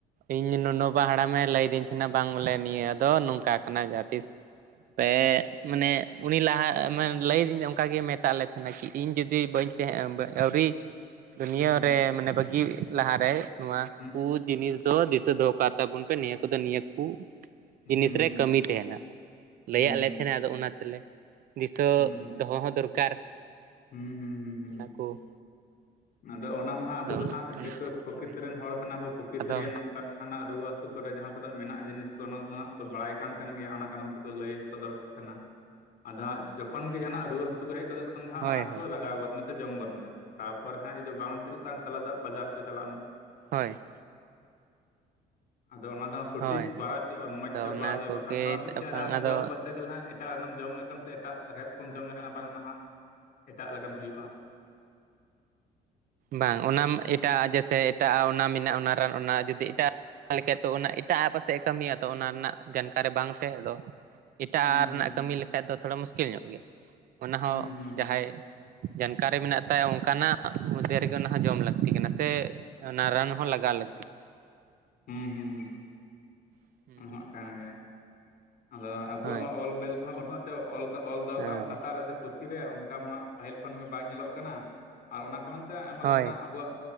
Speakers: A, on the right; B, on the left.
A: ᱤᱧ ᱱᱩᱱᱩᱵᱟ ᱦᱟᱲᱟᱢᱮ ᱞᱟᱹᱭᱫᱤᱧ ᱛᱷᱮᱱᱟ ᱵᱟᱝ ᱵᱚᱞᱮ ᱱᱤᱭᱟᱹ ᱫᱚ ᱱᱚᱝᱠᱟ ᱠᱟᱱᱟ ᱡᱟᱦᱟᱸ ᱛᱤᱥ ᱯᱮ ᱢᱟᱱᱮ ᱩᱱᱤ ᱞᱟᱦᱟ ᱮ ᱢᱮ ᱞᱟᱹᱭᱫᱤᱧ ᱚᱝᱠᱟᱜᱮ ᱢᱮᱛᱟᱜ ᱞᱮ ᱛᱟᱦᱮᱱᱟᱭ ᱠᱤ ᱤᱧ ᱡᱩᱫᱤ ᱵᱟᱹᱧ ᱠᱮᱦᱮᱸ ᱵᱮ ᱟᱹᱣᱨᱤ ᱫᱩᱱᱭᱟᱹ
B: ᱦᱩᱸ
A: ᱨᱮ ᱢᱟᱱᱮ ᱵᱟᱹᱜᱤ ᱞᱟᱦᱟᱨᱮᱭ ᱱᱚᱣᱟ
B: ᱦᱩᱸ
A: ᱠᱩ ᱡᱤᱱᱤᱥ ᱫᱚ ᱫᱤᱥᱟᱹ ᱫᱚᱦᱚ ᱠᱟᱜ ᱛᱟᱵᱩᱱ ᱯᱮ ᱱᱤᱭᱟᱹ ᱠᱚᱫᱚ ᱱᱤᱭᱟᱹ ᱠᱩ ᱡᱤᱱᱤᱥ
B: ᱦᱩᱸ
A: ᱨᱮ
B: ᱦᱩᱸ
A: ᱠᱟᱹᱢᱤ ᱛᱟᱦᱮᱱᱟ ᱞᱟᱹᱭᱟᱜ
B: ᱦᱩᱸ ᱦᱩᱸ
A: ᱞᱮ ᱛᱟᱦᱮᱱᱟᱭ ᱟᱫᱚ ᱚᱱᱟ ᱛᱮᱞᱮ ᱫᱤᱥᱟᱹ
B: ᱦᱩᱸ
A: ᱫᱚᱦᱚ ᱦᱚᱸ ᱫᱚᱨᱠᱟᱨ
B: ᱦᱩᱸ ᱦᱩᱸ ᱦᱩᱸ ᱦᱩᱸ
A: ᱚᱱᱟ ᱠᱚ
B: ᱟᱫᱚ ᱚᱱᱟ ᱢᱟ ᱦᱟᱜ ᱟᱵᱚ
A: ᱟᱫᱚ ᱚᱱᱟ
B: ᱫᱚ ᱦᱟᱸᱜ ᱡᱮᱦᱩᱛᱩ ᱯᱨᱚᱠᱤᱛᱤᱨ
A: ᱦᱳᱭ
B: ᱨᱮᱱ ᱦᱚᱲ ᱠᱟᱱᱟᱵᱚ ᱯᱨᱚᱠᱤᱛᱤ
A: ᱟᱫᱚ
B: ᱨᱮᱭᱟᱜ ᱱᱚᱝᱠᱟ ᱱᱟᱜ ᱨᱩᱣᱟᱹ ᱦᱟᱹᱥᱩ ᱛᱳᱜ ᱠᱚᱰᱮ ᱡᱟᱦᱟᱸ ᱠᱚᱫᱚ ᱢᱮᱱᱟᱜ ᱡᱤᱱᱤᱥ ᱠᱚ ᱚᱱᱟ ᱠᱚᱫᱚ ᱦᱟᱸᱜ ᱠᱚ ᱵᱟᱲᱟᱭ ᱠᱟᱱ ᱛᱟᱦᱮᱱ ᱜᱮᱭᱟ ᱚᱱᱟ ᱠᱟᱨᱚᱱ ᱛᱮᱠᱚ ᱞᱟᱹᱭ ᱥᱚᱫᱚᱨ ᱠᱟᱜ ᱛᱟᱦᱮᱱᱟ ᱟᱫᱚ ᱦᱟᱸᱜ ᱡᱚᱠᱷᱚᱱ ᱜᱮ ᱡᱟᱦᱟᱸᱱᱟᱜ ᱨᱩᱣᱟᱹ ᱦᱟᱹᱥᱩ ᱠᱩ ᱦᱮᱡ ᱜᱚᱫᱚᱜ ᱠᱟᱱ ᱫᱚ ᱦᱟᱸᱜ
A: ᱦᱳᱭ
B: ᱚᱱᱟ
A: ᱦᱳᱭ
B: ᱠᱚ ᱞᱟᱜᱟᱣ ᱜᱚᱫ ᱢᱮᱥᱮ ᱡᱚᱢ ᱜᱚᱫ ᱢᱮ ᱛᱟ ᱯᱚᱨᱮ ᱦᱟᱸᱜ ᱡᱩᱫᱤ ᱵᱟᱝ ᱴᱷᱤᱠᱚᱜ ᱠᱟᱱ ᱛᱟᱞᱮ ᱦᱟᱸᱜ ᱵᱟᱡᱟᱨ ᱠᱚ ᱪᱟᱞᱟᱜ ᱢᱮ
A: ᱦᱳᱭ
B: ᱟᱫᱚ ᱚᱱᱟ ᱫᱚ ᱥᱚᱴᱷᱤᱠ
A: ᱦᱳᱭ ᱦᱳᱭ
B: ᱵᱟᱲᱟᱭ ᱦᱩᱭᱩᱜᱼᱟ ᱢᱚᱸᱡᱽ
A: ᱟᱫᱚ
B: ᱛᱮ
A: ᱚᱱᱟ
B: ᱵᱟᱲᱟᱭ ᱦᱩᱭᱩᱜᱼᱟ
A: ᱠᱚᱜᱮ
B: ᱵᱟᱠᱷᱟᱱ ᱫᱚ ᱢᱤᱫᱴᱮᱱ
A: ᱵᱟᱝ
B: ᱨᱟᱱ
A: ᱟᱫᱚ
B: ᱡᱚᱢ ᱠᱚᱨᱛᱮ ᱜᱮᱞᱮ ᱦᱟᱸᱜ ᱮᱴᱟᱜ ᱨᱟᱱᱮᱢ ᱡᱚᱢ ᱞᱮᱠᱷᱟᱱ ᱥᱮ ᱮᱴᱟᱜ ᱨᱮᱦᱮᱫ ᱠᱚᱢ
A: ᱦᱳᱭ
B: ᱡᱚᱢ ᱞᱮᱠᱷᱟᱱ ᱟᱵᱟᱨ ᱱᱟᱦᱟᱜ ᱮᱴᱟᱜ ᱞᱮᱠᱟᱱ ᱦᱩᱭᱩᱜᱼᱟ
A: ᱵᱟᱝ ᱚᱱᱟᱢ ᱮᱴᱟᱜ ᱟᱜ ᱡᱮᱭᱥᱮ ᱮᱴᱟᱜ ᱟᱜ ᱚᱱᱟ ᱢᱮᱱᱟᱜ ᱟ ᱚᱱᱟ ᱨᱟᱱ ᱚᱱᱟ ᱡᱩᱫᱤ ᱮᱴᱟᱜ ᱚᱱᱟ ᱞᱮᱠᱟ ᱛᱚ ᱚᱱᱟ ᱮᱴᱟᱜ ᱟᱜ ᱮ ᱯᱟᱥᱮᱜ ᱮ ᱠᱟᱹᱢᱤᱭᱟ ᱛᱚ ᱚᱱᱟ ᱨᱮᱱᱟᱜ ᱡᱟᱱᱠᱟᱨᱤ ᱵᱟᱝ ᱛᱮ ᱟᱫᱚ ᱮᱴᱟᱜ
B: ᱦᱩᱸ
A: ᱟᱜ
B: ᱦᱩᱸ
A: ᱨᱮᱱᱟᱜ
B: ᱦᱩᱸ
A: ᱮ ᱠᱟᱹᱢᱤ ᱞᱮᱠᱷᱟᱡ ᱫᱚ ᱛᱷᱚᱲᱟ ᱢᱩᱥᱠᱤᱞ ᱧᱚᱜ ᱜᱮᱭᱟ ᱚᱱᱟᱦᱚᱸ
B: ᱦᱩᱸ
A: ᱡᱟᱦᱟᱸᱭ ᱡᱟᱱᱠᱟᱨᱤ ᱢᱮᱱᱟᱜ ᱛᱟᱭ ᱚᱝᱠᱟᱱᱟᱜ ᱢᱚᱫᱽᱫᱷᱮ ᱨᱮᱜᱮ ᱚᱱᱟ ᱦᱚᱸ ᱡᱚᱢ ᱞᱟᱹᱠᱛᱤ ᱠᱟᱱᱟ ᱥᱮ ᱛᱮ ᱚᱱᱟ ᱨᱟᱱ ᱦᱚᱸ ᱞᱟᱜᱟᱣ ᱞᱟᱹᱠᱛᱤ
B: ᱦᱩ ᱦᱩ ᱦᱩ
A: ᱠᱟᱱᱟ᱾
B: ᱚᱱᱟᱦᱟᱜ ᱠᱟᱱ ᱜᱮ ᱟᱫᱚ ᱟᱵᱚᱣᱟᱜ
A: ᱦᱳᱭ
B: ᱢᱟ ᱚᱞ ᱵᱮᱞ ᱠᱚᱦᱚᱸ ᱵᱟᱹᱱᱩᱜᱼᱟ ᱥᱮ ᱚᱞ ᱠᱟᱜ ᱚᱞ ᱫᱚᱦᱚ
A: ᱦᱳᱭ
B: ᱠᱟᱜᱼᱟᱢ ᱠᱷᱟᱛᱟ ᱨᱮ ᱥᱮ ᱯᱩᱛ ᱛᱷᱤᱨᱮ ᱚᱝᱠᱟ ᱢᱟ ᱯᱟᱦᱤᱞ ᱠᱷᱚᱱᱜᱮ ᱵᱟᱝ ᱧᱮᱞᱚᱜ ᱠᱟᱱᱟ ᱟᱨ ᱚᱱᱟ ᱠᱟᱨᱚᱱ ᱛᱮ ᱟᱭᱢᱟ
A: ᱦᱳᱭ
B: ᱞᱮᱠᱟᱱᱟᱜ ᱟᱵᱩᱣᱟᱜ